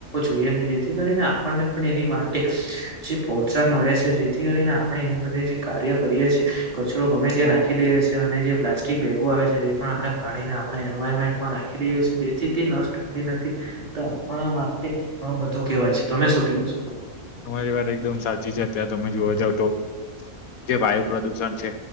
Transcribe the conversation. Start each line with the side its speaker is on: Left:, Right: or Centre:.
Right: જોઈએ નહી જેથી કરીને આપણને પણ એની માટે જે પ્રોત્સાહન મળે છે જે થી કરીને આપણે એ બધે જે કાર્ય કરીએ છીએ કચરો ગમે ત્યાં નાખી દઈએ છીએ અને જે પ્લાસ્ટિક બેગો આવે છે એ પણ આપણે ફાડીને આપણે એન્વાયરમેન્ટમાં નાખી દઈએ છીએ તેથી તે નષ્ટ થતી નથી તો આપણા માટે ઘણું બધું કેવાય છે તમે શું કેવો છો?
Left: તમારી વાત એકદમ સાચી છે અત્યારે તમે જોવા જાવ તો જે વાયુ પ્રદુષણ છે.